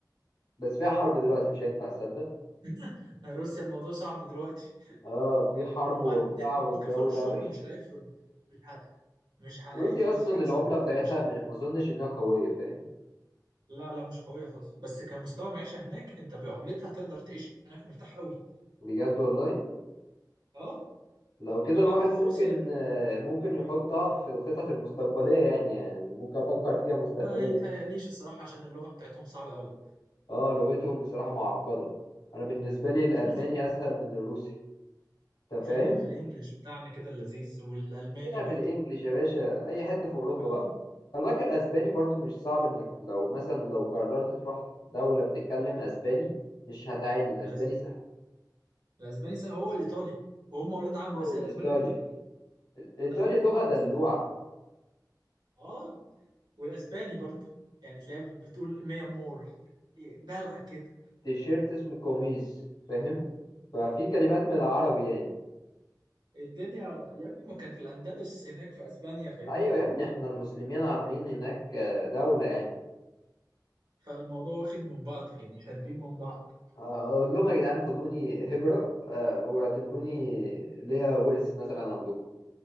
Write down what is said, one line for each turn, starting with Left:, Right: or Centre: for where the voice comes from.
Left: بس فيها حرب دلوقتي مش هينفع تصدق
Right: <laughs> روسيا الموضوع صعب دلوقتي
Left: اه في حرب
Right: وبعدين
Left: وبتاع والجو
Right: كفرص
Left: لبش
Right: شغل مش هلاقي في رو- مش ه... مش هلاقي
Left: روسيا
Right: في روسيا
Left: اصلا
Right: احسن
Left: العمله بتاعتها
Right: مش هد...
Left: م- ما اظنش انها قويه فاهم
Right: لا لا مش قويه خالص بس كمستوى معيشه هناك انت بعملتها تقدر تعيش هناك مرتاح قوي
Left: بجد والله
Right: اه
Left: لو كده
Right: ما عبده
Left: الواحد
Right: في
Left: ممكن
Right: روسيا
Left: آه، ممكن يحطها في الخطط المستقبليه يعني يعني ممكن افكر فيها مستقبليا
Right: ما يتهيأليش الصراحه عشان اللغه بتاعتهم صعبه قوي
Left: اه لغتهم بصراحه معقده انا بالنسبه لي الالماني
Right: احنا خلينا
Left: اسهل من الروسي انت فاهم
Right: خلينا في الانجليش بتاعنا كده اللذيذ والالماني
Left: خلينا
Right: برضه
Left: في الانجليش يا باشا اي حته في اوروبا
Right: اه
Left: بقى خلي بالك الاسباني برضو مش صعب انك لو مثلا لو قررت تروح دوله بتتكلم اسباني مش هتعاني الاسباني
Right: الأس-
Left: سهل
Right: الاسباني سهل هو الايطالي وهم اولاد عم
Left: هو
Right: اساسا
Left: والايطالي
Right: الاسباني والايطالي
Left: الايطالي
Right: آه، داخلين في
Left: لغه
Right: بعض
Left: دلوعه
Right: اساسا اه والاسباني برضه يعني تلاقيها بتقول ميا مور دلع كده
Left: تيشيرت اسمه قميص فاهم ففي كلمات من العربي يعني
Right: الدنيا يا ابني ما كان في الاندلس هناك في اسبانيا فاهمني
Left: ايوه
Right: فال...
Left: يا ابني احنا المسلمين عاملين هناك آه، دولة يعني
Right: فالموضوع واخد من بعض يعني شاربين من بعض
Left: آه، هقول لهم يا جدعان خدوني هجرة آه، واعتبروني ليا ورث مثلا عندكم